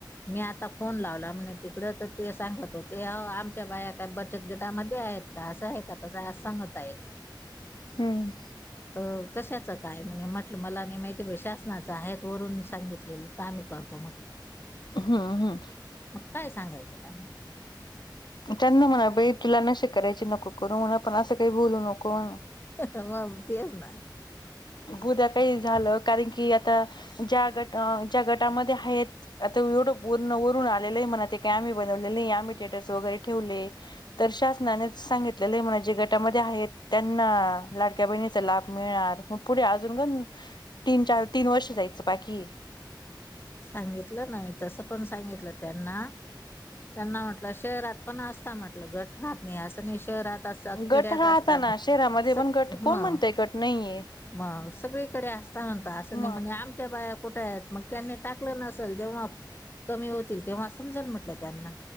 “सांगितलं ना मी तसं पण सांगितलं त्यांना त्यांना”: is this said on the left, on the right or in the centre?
Left